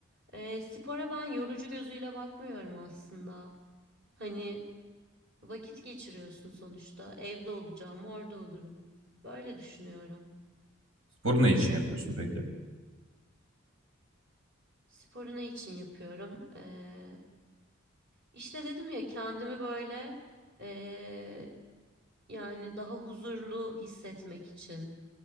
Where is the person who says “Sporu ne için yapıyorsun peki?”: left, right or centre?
Right